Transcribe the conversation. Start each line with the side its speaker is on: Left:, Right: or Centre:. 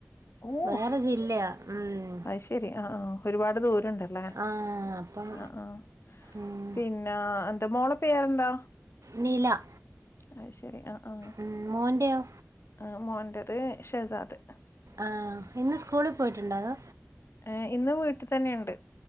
Left: ഓഹ്
Right: വേറെ ജില്ലയാ ഉം
Left: അത് ശെരി ആഹ് ആഹ് ഒരുപാട് ദൂരണ്ടല്ലേ
Right: ആ അപ്പം
Left: അ ആഹ്
Right: ഉം
Left: പിന്നെ ട്ട മോള പേരെന്താ?
Right: നില.
Left: അത് ശരി ആഹ് ആഹ്
Right: ഉം മോൻ്റെയോ
Left: ആഹ് മോറത് ഷെസാദ്.
Right: ആഹ് ഇന്ന് സ്കൂളിൽ പോയിട്ടുണ്ടതോ.
Left: ഏഹ് ഇന്ന് വീട്ടിൽ തന്നെ ഉണ്ട്.